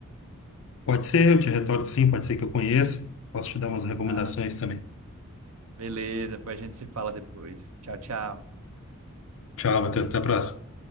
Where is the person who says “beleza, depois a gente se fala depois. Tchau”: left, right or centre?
Right